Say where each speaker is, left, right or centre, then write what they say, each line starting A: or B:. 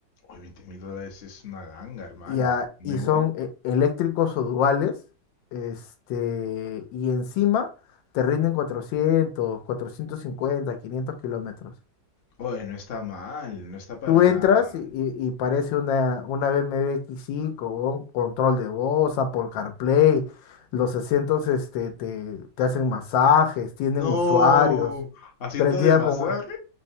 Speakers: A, on the left (about 50°); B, on the left (about 75°).
A: Oye, veinte mil dólares es una ganga, hermano.
B: Y, a-
A: ¿Nuevo?
B: y son eh, eléctricos o duales. Este, y encima te rinden cuatrocientos, cuatrocientos cincuenta, quinientos kilómetros.
A: Oye, no está mal, no está para
B: Tú entras
A: nada mal.
B: y, y- y parece una, una B BMW x cinco con control de voz, Apple CarPlay, los asientos este, te, te hacen masajes, tienen
A: No,
B: usuarios,
A: asiento
B: prendida
A: de masaje.
B: con,